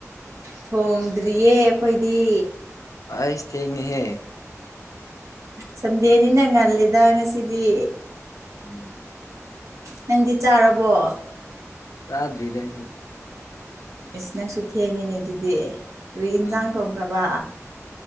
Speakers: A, on the right; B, on the left.
A: ꯊꯣꯡꯗ꯭ꯔꯤꯌꯦ ꯑꯩꯈꯣꯏꯗꯤ
B: ꯑꯁ ꯊꯦꯡꯍꯦ
A: ꯁꯟꯗꯦꯅꯤꯅꯥ ꯉꯜꯜꯂꯤꯗ ꯉꯁꯤꯗꯤ
B: ꯎꯝ
A: ꯅꯪꯗꯤ ꯆꯥꯔꯕꯣ
B: ꯆꯥꯗ꯭ꯔꯤꯗ ꯍꯥꯏꯁꯨ
A: ꯑꯁꯤ ꯅꯪꯁꯨ ꯊꯦꯡꯉꯤꯅꯦ ꯑꯗꯨꯗꯤ ꯀꯔꯤ ꯏꯟꯖꯥꯡ
B: ꯎꯝ
A: ꯊꯣꯡꯈ꯭ꯔꯕꯥ